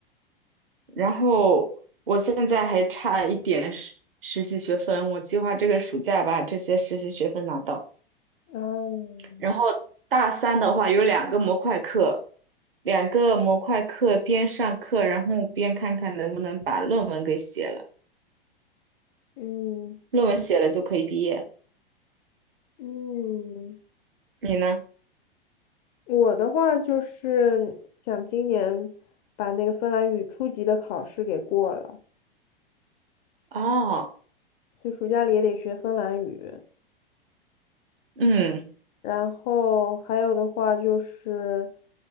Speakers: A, on the right; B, on the left.
A: 然后我现在还差一点实实习学分，我计划这个暑假把这些实习学分拿到。
B: 嗯
A: 然后大三的话有两个模块课，两个模块课边上课，然后边看看能不能把论文给写了，
B: 嗯
A: 论文写了就可以毕业了。
B: 嗯。
A: 你呢？
B: 我的话就是想今年把那个芬兰语初级的考试给过了，
A: 哦，
B: 所以暑假里也得学芬兰语。
A: 嗯
B: 然后还有的话就是